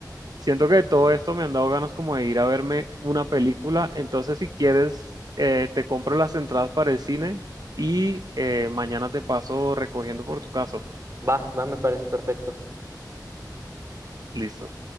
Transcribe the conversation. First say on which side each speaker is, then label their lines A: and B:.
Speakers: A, on the right; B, on the right.
A: Siento que todo esto me han dado ganas como de ir a verme una película. Entonces, si quieres, eh, te compro las entradas para el cine y eh, mañana te paso recogiendo por tu casa.
B: Va, va, me parece perfecto.
A: Listo.